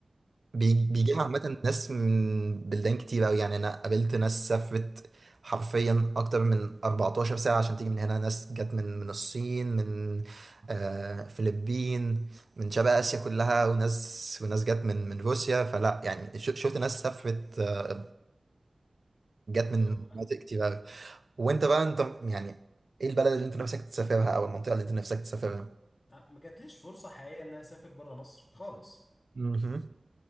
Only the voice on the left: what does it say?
مم.
اه
ما جاتليش فرصه حقيقيه ان انا اسافر بره مصر خالص